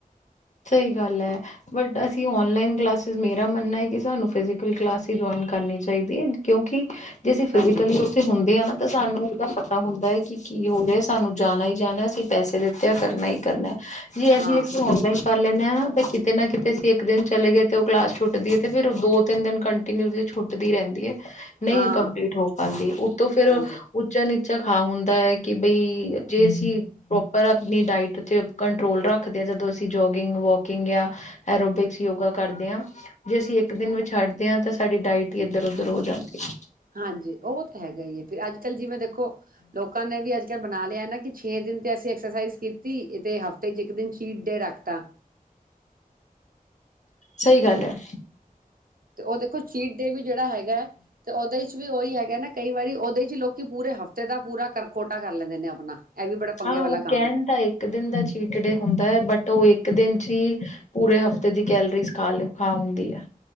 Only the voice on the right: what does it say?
ਹਾਂਜੀ
ਹਾਂ
ਹਾਂ
ਹਾਂਜੀ
ਹਾਂਜੀ ਉਹ ਤਾਂ ਹੈਗਾ ਹੀ ਹੈ ਫ ਅੱਜ ਕੱਲ ਜਿਵੇਂ ਦੇਖੋ ਲੋਕਾਂ ਨੇ ਵੀ ਅੱਜ ਬਣਾ ਲਿਆ ਨਾ ਕਿ ਛੇ ਦਿਨ ਤੇ ਅਸੀਂ ਅ ਐਕਸਰਸਾਈਜ਼ ਕੀਤੀ ਇਹ ਤੇ ਹਫ਼ਤੇ ਚ ਇੱਕ ਦਿਨ ਚੀਟ ਡੇ ਰੱਖਤਾ
ਤੇ ਉਹ ਦੇਖੋ ਸੀਟ ਦੇ ਵੀ ਜਿਹੜਾ ਹੈਗਾ ਹੈ ਤੇ ਉਹਦੇ ਚ ਵੀ ਉਹੀ ਹੈ ਹੈਗਾ ਨਾ ਕਈ ਵਾਰੀ ਉਹਦੇ ਚ ਲੋਕੀ ਪੂਰੇ ਹਫ਼ਤੇ ਦਾ ਪੂਰਾ ਕਰ ਕੋਟਾ ਕਰ ਲੈਂਦੇ ਨੇ ਆਪਣਾ ਇਹ ਵੀ ਬੜਾ ਪੰਗੇ
ਵਾਲਾ
ਕੰਮ